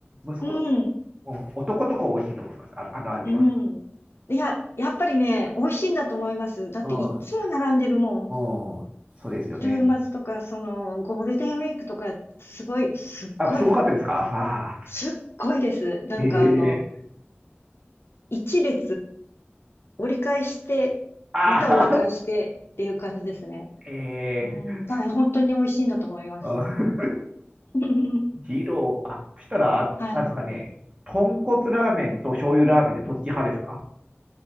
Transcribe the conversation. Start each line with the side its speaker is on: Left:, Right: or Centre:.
Right: 息子は、
Left: うん、
Right: うん、男の子は美味しいと思います。あ、あの味は。
Left: うん。いや、やっぱりね、美味しいんだと思います。だっていっつも並んでるもん。
Right: うん。うん。そうですよね。
Left: 週末とか、その、ゴールデンウィークとか、すごい、すっごい、
Right: あ、すごかったですかああ
Left: すっごいです。なんかあの、
Right: ー。ええ
Left: 一列折り返して、
Right: ああ。
Left: また折り返してっていう感じですね。
Right: ええ
Left: うん、はい本当に美味しいんだと思います。
Right: あ
Left: <laughs>
Right: 二郎、あ、そしたら、あなんですかね、
Left: はい。
Right: 豚骨ラーメンと醤油ラーメンでどっち派ですか